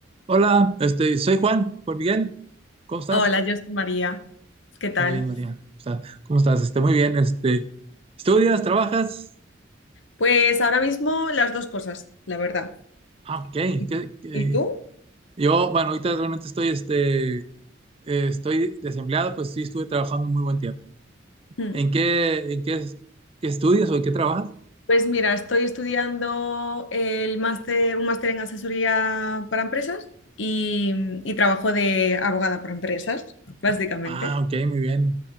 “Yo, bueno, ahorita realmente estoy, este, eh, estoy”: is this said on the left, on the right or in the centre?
Right